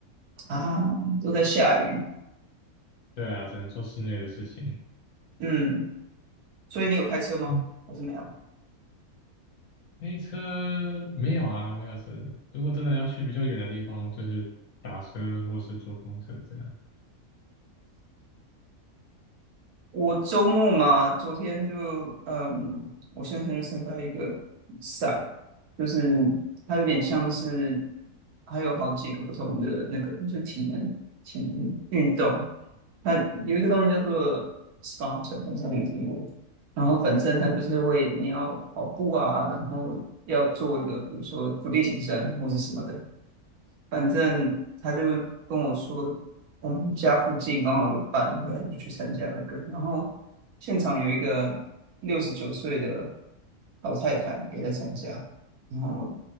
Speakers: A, on the right; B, on the left.
A: 啊，都在下雨。
B: 对啊，只能做室内的事情。
A: 嗯，所以你有开车吗？
B: 嗯
A: 还是没有？
B: 开车没有啊，没有车。如果真的要去比较远的地方，就是打车或是坐公车这样。
A: 我周末嘛，昨天就嗯，我先生去参加一个比赛，就是它有点像是，还有好几个不同的那个，就是体能体能运动，它有一个东西叫做 Spartan，好像你有听过。然后反正他就是会，你要跑步啊，然后要做一个比如说伏地挺身或是什么的，反正他就跟我说，我们家附近刚好有办，然后他就去参加那个。然后现场有一个六十九岁的老太太也在参加，然后